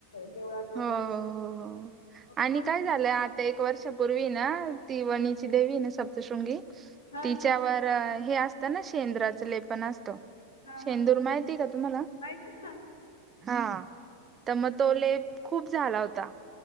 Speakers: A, on the left; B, on the right.
A: देवळात वगैरे
B: हो
A: असं हो
B: आणि काय झालंय आ एक वर्ष पूर्वी ना ती वणीची देवी ना सप्तशृंगी
A: हा
B: तिच्यावर हे असतं ना शेंदु्राचं लेपण असतं
A: हा
B: शेंदूर
A: हा
B: माहिती का तुम्हाला
A: माहिती आहे ना
B: हा तर म तो लेप खूप झाला होता